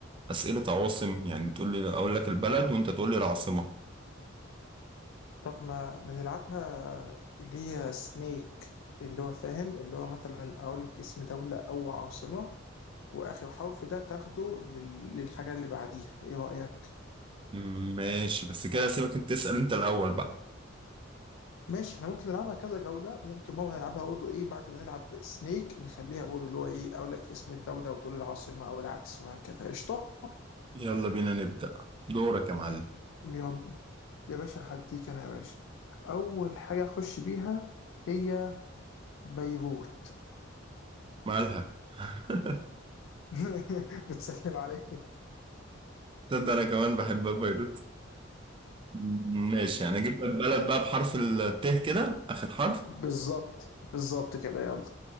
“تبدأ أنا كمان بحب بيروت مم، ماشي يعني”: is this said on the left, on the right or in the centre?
Right